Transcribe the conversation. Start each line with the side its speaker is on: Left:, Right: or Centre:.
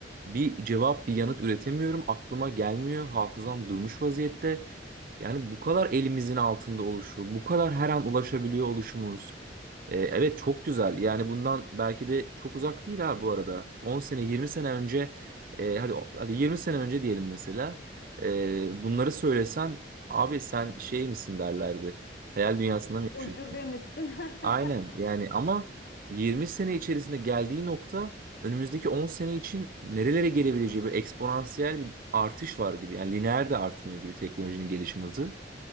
Right: bir cevap, bir yanıt üretemiyorum. Aklıma gelmiyor. Hafızam durmuş vaziyette. Yani bu kadar elimizin altında oluşu, bu kadar her an ulaşabiliyor oluşumuz. E, evet çok güzel. Yani bundan belki de çok uzak değil ha bu arada. 10 sene, 20 sene önce e, hadi hadi 20 sene önce diyelim mesela. E, bunları söylesen abi sen şey misin derlerdi. Hayal dünyasında mı yaşıyorsun?
Left: Ucube misin? <laughs>
Right: Aynen yani ama 20 sene içerisinde geldiği nokta önümüzdeki 10 sene için nerelere gelebileceği bir eksponansiyel bir artış var gibi. Yani lineer de artmıyor gibi teknolojinin gelişim hızı.